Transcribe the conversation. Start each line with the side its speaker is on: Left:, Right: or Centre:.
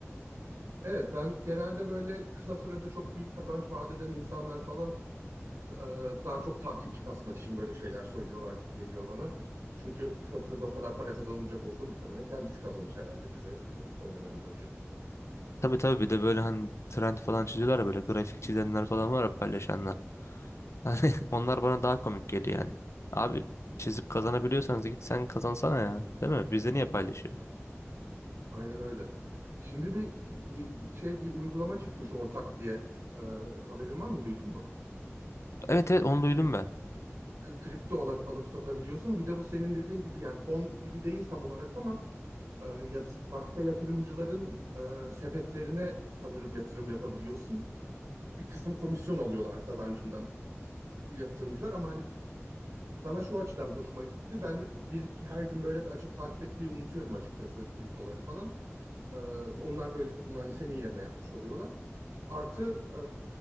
Right: Evet ben genelde böyle kısa sürede çok büyük kazanç vaat eden insanlar falan e, daha çok takipçi kasmak için böyle şeyler söylüyorlar gibi geliyor bana. Çünkü kısa sürede o kadar para kazanılacak olsa muhtemelen kendisi kazanır herhalde bize bunu söylemeden önce.
Left: Tabii tabii bir de böyle hani trend falan çiziyorlar ya böyle grafik çizenler falan var ya paylaşanlar. Hani <laughs> onlar bana daha komik geliyor yani. Abi çizip kazanabiliyorsanız git sen kazansana ya. Değil mi? Bizde niye paylaşıyor?
Right: Aynen öyle. Şimdi bir y- şey bir uygulama çıkmış ortak diye Ee, haberin var mı duydun mu?
Left: Evet evet onu duydum
Right: Krip,
Left: ben.
Right: k- kripto ala- alıp satabiliyorsun. Bir de bu senin dediğin gibi yani fon gibi değil tam olarak ama e, yat- başka yatırımcıların e, sepetlerine sanırım yatırım yapabiliyorsun. Bir kısım komisyon alıyorlar kazancından yatırımcılar ama hani bana şu açıdan hoşuma gitti. Ben bir her gün böyle açıp takip etmeyi unutuyorum açıkçası kriptoları falan. Ee, onlar böyle bunu hani senin yerine yapmış oluyorlar. Artı